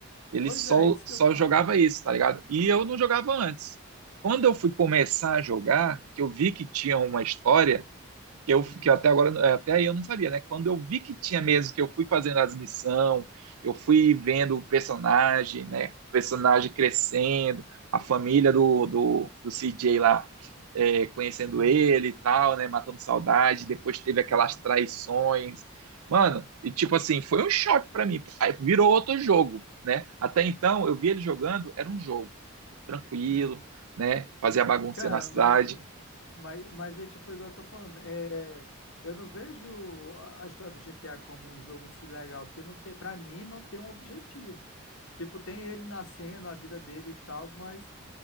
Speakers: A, on the right; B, on the left.
A: Ele
B: Pois
A: só,
B: é, isso que
A: só
B: eu falo.
A: jogava isso, tá ligado? E eu não jogava antes. Quando eu fui começar a jogar, que eu vi que tinha uma história, que
B: Uhum.
A: eu que até agora é, até aí eu não sabia, né? Quando eu vi que tinha mesmo, que eu fui fazendo as missões, eu fui vendo o personagem, né? O personagem crescendo, a família do, do, do CJ lá é, conhecendo
B: Uhum.
A: ele e tal, né? Matando saudade, depois teve aquelas
B: Uhum.
A: traições. Mano, e tipo assim, foi um choque para mim. Aí virou outro jogo, né? Até então eu vi ele jogando, era um jogo tranquilo,
B: Uhum.
A: né? Fazia bagunça
B: Cara,
A: na cidade.
B: mas assim, mas, mas é tipo igual eu tô falando, é, eu não vejo a, a história do GTA como um jogo em si legal, porque não tem, para mim não tem um objetivo. Tipo, tem ele nascendo, a vida dele e tal, mas